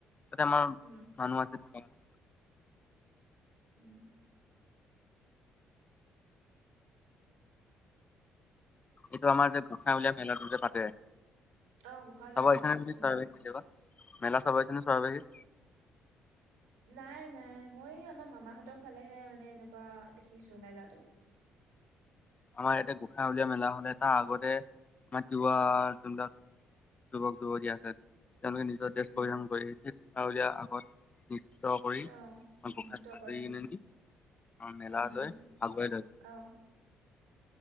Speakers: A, on the left; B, on the right.
A: তাতে আমাৰ
B: উম
A: মানুহ আছে <unintelligible>
B: উম
A: এইটো আমাৰ যে পোসাই উল মিলাটো যে পাতে
B: অ গোঁহা
A: চাব
B: লোৱা
A: আহিছা
B: মেলাতটো
A: নে তুমি
B: উম
A: চৰাইবাহীত কেতিয়াবা মেলা চবাইছে ন স্বাৱাহিক
B: নাই নাই মই আমাৰ মামাহঁতৰ ফালেহে মানে এনেকুৱা দেখিছো মেলাটো
A: আমাৰ ইয়াতে গোঁসাঁই উলিয়া মেলা হলে তাৰ আগতে আমাৰ তিৱা যোনবিলাক যুৱক যুৱতী আছে তেওঁলোকে নিজৰ দেশ
B: উম
A: পৰিধান কৰি হ দিয় আ কৰি
B: অ'
A: গোসাত
B: নৃত্য কৰে
A: আতৰি
B: উম
A: নিনি আহ মেলালৈ
B: উম উম
A: আগুৱাই লৈ যায়
B: অ'